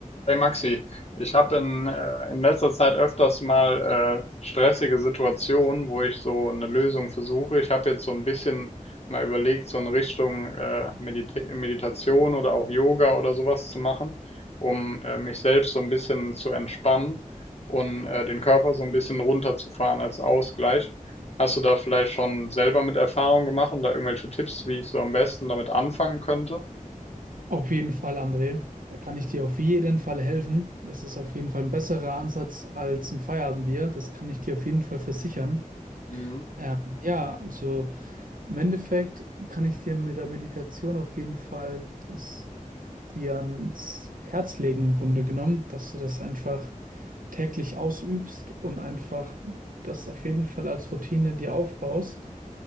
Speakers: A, on the left; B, on the right.
A: Hey Maxi, ich habe in, äh, in letzter Zeit öfters mal äh, stressige Situationen, wo ich so eine Lösung versuche. Ich habe jetzt so ein bisschen mal überlegt, so in Richtung äh, Medita Meditation oder auch Yoga oder sowas zu machen, um äh, mich selbst so ein bisschen zu entspannen und äh, den Körper so ein bisschen runterzufahren als Ausgleich. Hast du da vielleicht schon selber mit Erfahrung gemacht und da irgendwelche Tipps, wie ich so am besten damit anfangen könnte?
B: Auf jeden Fall, André. Da kann ich dir auf jeden Fall helfen. Das ist auf jeden Fall ein besserer Ansatz als ein Feierabendbier. Das kann ich dir auf jeden Fall versichern.
A: Mhm.
B: Ähm, ja, also im Endeffekt kann ich dir mit der Meditation auf jeden Fall das dir ans Herz legen, im Grunde genommen, dass du das einfach täglich ausübst und einfach das auf jeden Fall als Routine dir aufbaust.